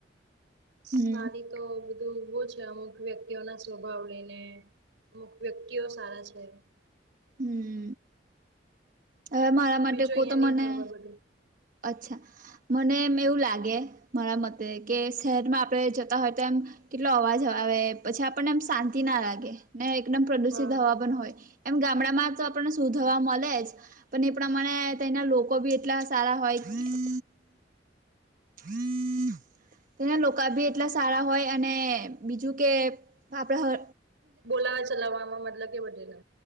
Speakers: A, on the right; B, on the right.
A: હમ
B: સારી તો બધું ભું છે અમુક અમુક વ્યક્તિઓના સ્વભાવ લઈને અમુક વ્યક્તિઓ સારા છે.
A: હમ. હવે મારા માટે
B: બીજું
A: કો
B: અહિયાં
A: તો મને
B: નહિ હવે બધું.
A: અચ્છા. મને એમ એવું લાગે મારા મતે કે શહેરમાં આપણે જતા હોય તો એમ કેટલો અવાજ આવે પછી આપણને એમ શાંતિ ના લાગે ને એકદમ પ્રદુષિત
B: હા
A: હવા પણ હોય. એમ ગામડામાં તો આપણને શું થવા મળે જ પણ એ પ્રમાણે તના લોકો બી એટલા સારા. ફય <unintelligible> હ. તેના લોકાભ્ય એટલા સારા હોય અને બીજું કે આપણા.
B: બોલાવા ચલાવવામાં મતલબ કે બધેને.